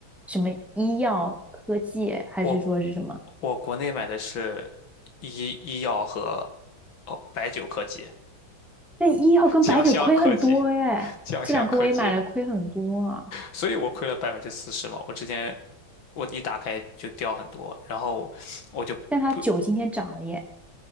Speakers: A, in the centre; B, on the left.
A: 什么医药、科技，还是说是什么？
B: 我我国内买的是医医药和哦白酒科技、
A: 那医药跟白酒亏很多耶，
B: 酱香科技、酱香科技，
A: 这两个我也买了，亏很多啊。
B: 所以我亏了百分之四十嘛。我之前我一打开就掉很多，然后我就不
A: 但它酒今天涨了耶。